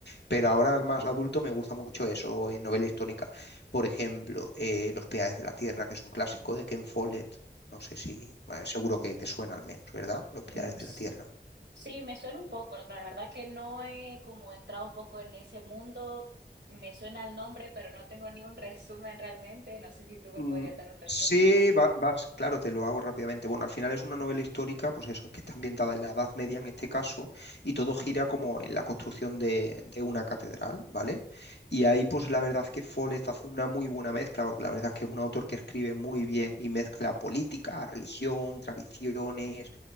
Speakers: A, on the left; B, on the right.
A: Pero ahora más adulto me gusta mucho eso en novela histórica. Por ejemplo, eh, Los Pilares de la Tierra, que es un clásico de Ken Follett. No sé si, bueno, seguro que te suena al menos, ¿verdad? Los Pilares
B: Mm,
A: de la Tierra.
B: Sí, me suena un poco, la verdad que no he como entrado un poco en ese mundo, me suena el nombre, pero no tengo ni un resumen realmente, no sé si tú me
A: Mm,
B: podrías dar un resumen.
A: Sí, va- vas, claro, te lo hago rápidamente. Bueno, al final es una novela histórica, pues eso, es que está ambientada en la Edad Media en este caso, y todo gira como en la construcción de, de una catedral, ¿vale? Y ahí, pues la verdad es que Follett hace una muy buena mezcla, porque la verdad es que es un autor que escribe muy bien y mezcla política, religión, tradiciones